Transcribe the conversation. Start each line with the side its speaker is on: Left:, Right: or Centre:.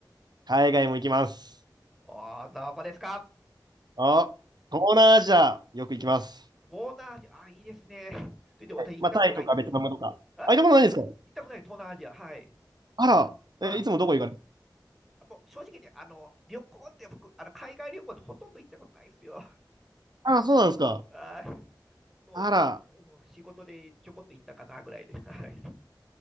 Right: 海外も行きます。
Centre: ああー、どこですか
Right: あ、東南アジア、よく行きます。
Centre: 東南アジア、あいいですね。と言って私行ったことないですよ。
Right: まあ、タイとかベトナムとか。
Centre: あ、
Right: あ、行ったことないんですか
Centre: 行ったことない、東南アジア。はい。
Right: あら、
Centre: あ、
Right: え、いつもどこ行かれる
Centre: もう正直ね、あの、旅行って僕、あの、海外旅行でほとんど行ったことないですよ。
Right: あ、そうなんですか。
Centre: あーもう、
Right: あら、
Centre: もう仕事でちょこっと行ったかなぐらいで。<laughs> はい。